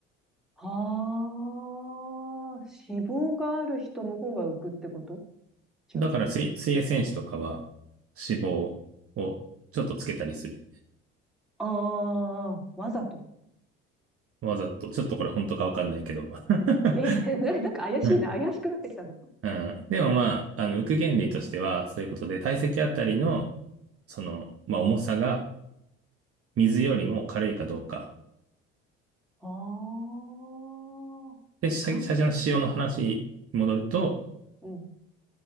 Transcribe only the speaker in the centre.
はあ、脂肪がある人の方が浮くってことじゃ
あ。ああ、わざと。
え、<laughs> なんか怪しいな。
怪しくなってきたぞ。
ああ、
なん、うん、